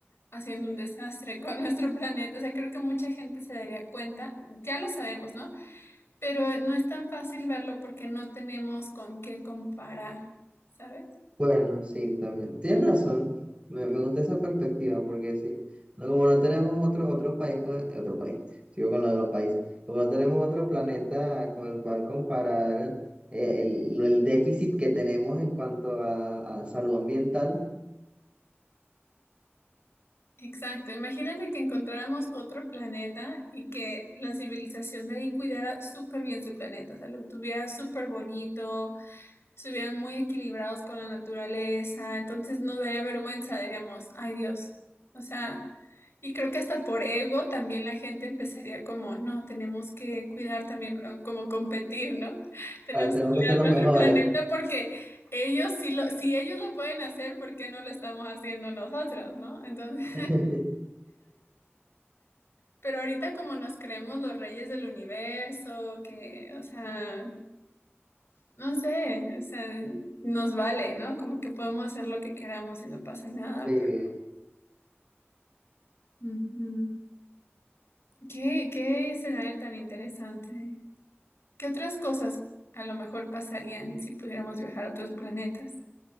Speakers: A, on the left; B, on the right.
A: haciendo un desastre con <laughs> nuestro planeta. O sea, creo que mucha gente se daría cuenta, ya lo sabemos, ¿no? Pero no es tan fácil verlo porque no tenemos con qué comparar, ¿sabes?
B: Bueno, sí, también. Tienes razón. Me, me gusta esa perspectiva porque sí, no, como no tenemos otro, otro país, con, otro país, sigo con lo de los países, como no tenemos otro planeta con el cual comparar eh, el, lo- el déficit que tenemos en cuanto a, a salud ambiental,
A: Exacto, imagínate que encontráramos otro planeta y que la civilización de ahí cuidara súper bien su planeta, o sea, lo tuviera súper bonito, estuvieran muy equilibrados con la naturaleza, entonces nos daría vergüenza, diríamos, ay Dios, o sea, y creo que hasta por ego también la gente empezaría como, no, tenemos que cuidar también, eh, como competir, ¿no? <laughs> Tenemos
B: ahora tenemos
A: que cuidar
B: que ser los
A: nuestro
B: mejores.
A: planeta porque... Ellos si lo, si ellos lo pueden hacer, ¿por qué no lo estamos haciendo nosotros, no? Entonces,
B: <laughs>
A: pero ahorita como nos creemos los reyes del universo, que, o sea, no sé, o sea, nos vale, ¿no? Como que podemos hacer lo que queramos y no pasa nada,
B: Sí,
A: pero... Ujú. ¿Qué, qué escenario tan interesante? ¿Qué otras cosas a lo mejor pasarían si pudiéramos viajar a otros planetas?